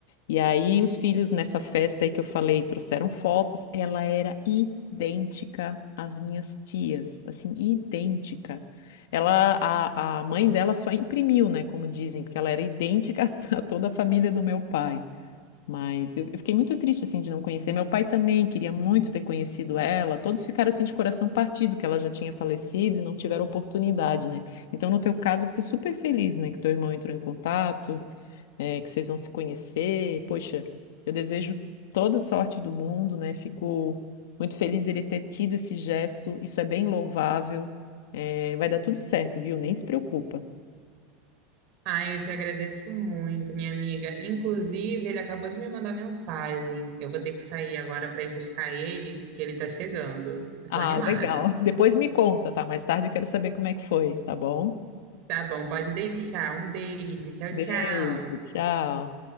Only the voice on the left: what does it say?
E aí os filhos nessa festa aí que eu falei trouxeram fotos, ela era idêntica às minhas tias, assim, idêntica. Ela, a, a mãe dela só imprimiu, né? Como dizem, porque ela era idêntica <laughs> a toda a família do meu pai. Mas eu, eu fiquei muito triste, assim, de não conhecer. Meu pai também queria muito ter conhecido ela. Todos ficaram, assim, de coração partido, que ela já tinha falecido e não tiveram oportunidade, né? Então, no teu caso, eu fico super feliz, né? Que teu irmão entrou em contato, eh, que vocês vão se conhecer. Poxa, eu desejo toda sorte do mundo, né? Fico muito feliz ele ter tido esse gesto. Isso é bem louvável. Eh, vai dar tudo certo, viu? Nem se preocupa.
Ah,
legal. <laughs> Depois me conta, tá? Mais tarde eu quero saber como é que foi, tá bom?
Beijo,
tchau.